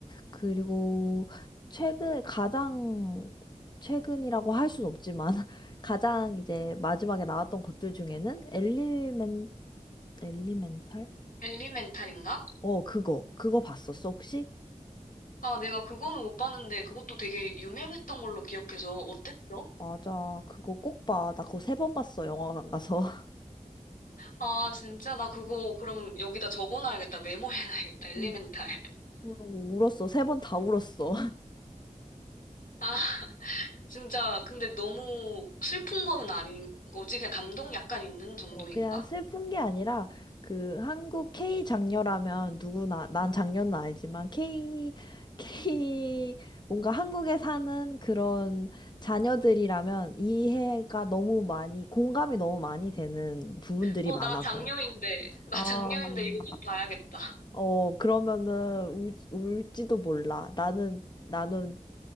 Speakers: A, on the left (about 35°); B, on the left (about 85°).
A: 그리고 최근, 가장, 최근이라고 할 순 없지만, <laughs> 가장 이제 마지막에 나왔던 것들 중에는 엘리멘, 엘리멘탈?
B: 엘리멘탈인가?
A: 어, 그거. 그거 봤었어, 혹시?
B: 아, 내가 그거는 못 봤는데 그것도 되게 유명했던 걸로 기억해서 어땠어?
A: 맞아. 그거 꼭 봐. 나 그거 세 번 봤어, 영화관 가서. <laughs>
B: 아, 진짜 나 그거 그럼 여기다 적어놔야겠다. 메모해놔야겠다. 엘리멘탈.
A: 음.
B: <laughs>
A: 울었어. 세 번 다 울었어.
B: 아, 진짜 근데 너무 슬픈 거는 아닌 거지? 그냥 감동 약간 있는 정도인가?
A: 어, 그냥 슬픈 게 아니라 그 한국 K 장녀라면 누구나 난 장녀는 아니지만 K K 뭔가 한국에 사는 그런 자녀들이라면 이해가 너무 많이 공감이 너무 많이 되는 부분들이
B: 어,
A: 많아서
B: 나 장녀인데. 나
A: 아,
B: 장녀인데
A: 음,
B: 이거 꼭 봐야겠다.
A: 어, 그러면은 울, 울지도 몰라. 나는 나는